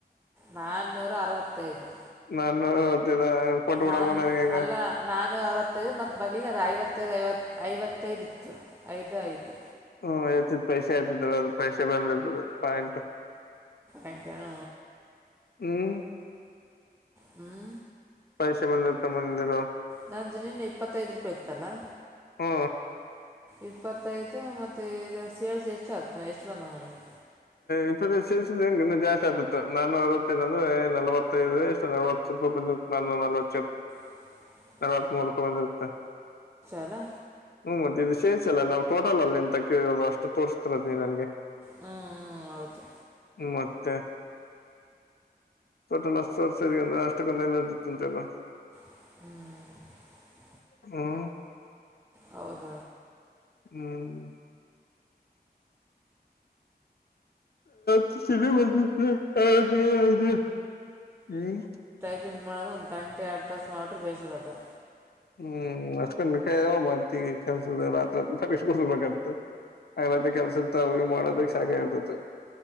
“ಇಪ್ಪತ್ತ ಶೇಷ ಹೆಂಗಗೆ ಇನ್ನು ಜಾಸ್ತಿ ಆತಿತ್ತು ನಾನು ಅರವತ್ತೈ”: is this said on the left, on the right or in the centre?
Left